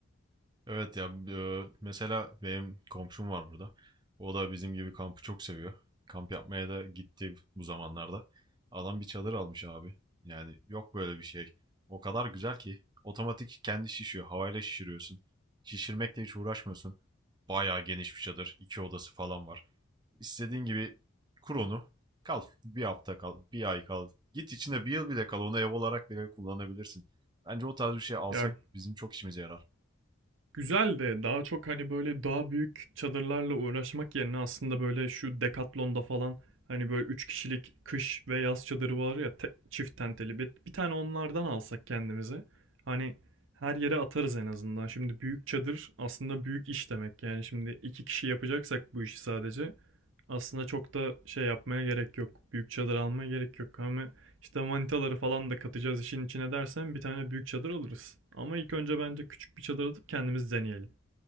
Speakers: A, on the right; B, on the right.
A: Evet ya e, mesela benim komşum var burada. O da bizim gibi kampı çok seviyor. Kamp yapmaya da gitti bu zamanlarda. Adam bir çadır almış abi. Yani yok böyle bir şey. O kadar güzel ki otomatik kendi şişiyor. Havayla şişiriyorsun. Şişirmekle hiç uğraşmıyorsun. Bayağı geniş bir çadır. iki odası falan var. İstediğin gibi kur onu. Kal. Bir hafta kal. Bir ay kal. Git içinde bir yıl bile kal. Onu ev olarak bile kullanabilirsin. Bence o tarz bir şey alsak
B: Ya
A: bizim çok işimize yarar.
B: Güzel de daha çok hani böyle daha büyük çadırlarla uğraşmak yerine aslında böyle şu Decathlon'da falan hani böyle 3 kişilik kış ve yaz çadırı var ya te- çift tenteli bir, bir tane onlardan alsak kendimize. Hani her yere atarız en azından. Şimdi büyük çadır aslında büyük iş demek. Yani şimdi iki kişi yapacaksak bu işi sadece aslında çok da şey yapmaya gerek yok. Büyük çadır almaya gerek yok. Ama işte manitaları falan da katacağız işin içine dersen bir tane büyük çadır alırız. Ama ilk önce bence küçük bir çadır atıp kendimiz deneyelim.